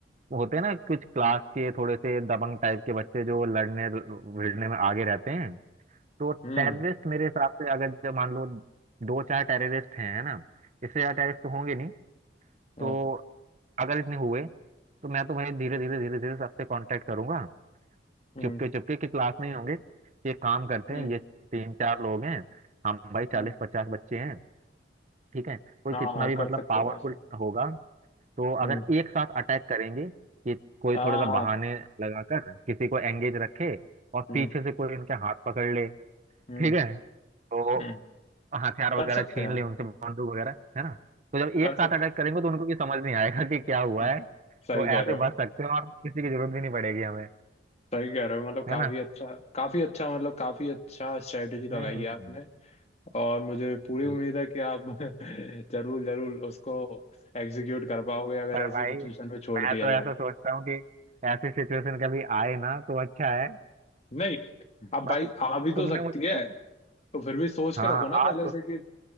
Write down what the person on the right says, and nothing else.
होते हैं ना कुछ क्लास के थोड़े से दबंग टाइप के बच्चे जो लड़ने भिड़ने में आगे रहते हैं तो
टेररिस्ट मेरे हिसाब से अगर जब मान लो दो चार टेररिस्ट हैं है ना इससे ज्यादा टेररिस्ट तो होंगे नहीं
तो अगर इतने हुए तो मैं तो भाई धीरे धीरे धीरे धीरे सबसे कांटेक्ट करूंगा
चुपके चुपके कि क्लास में ही होंगे कि एक काम करते
हैं ये तीन चार लोग हैं हम भाई चालीस
पचास बच्चे हैं ठीक है कोई
कितना
भी
मतलब
पावरफुल
होगा तो
अगर एक साथ अटैक करेंगे कि कोई
थोड़ा सा बहाने लगाकर किसी को एंगेज रखे और
पीछे से कोई इनके हाथ पकड़ ले ठीक
है तो
हथियार वगैरह
छीन
ले उनसे बंदूक वगैरह है ना तो जब
एक साथ
अटैक करेंगे तो उनको भी समझ नहीं आएगा कि क्या हुआ
है
तो ऐसे
बच सकते हैं और किसी की जरूरत भी नहीं पड़ेगी हमें
है ना
हम्म
<laughs>
पर
भाई
मैं
तो ऐसा
सोचता हूँ कि ऐसी सिचुएशन कभी आए ना तो अच्छा है
बाकी
तुमने
मुझे
हाँ
आज
तो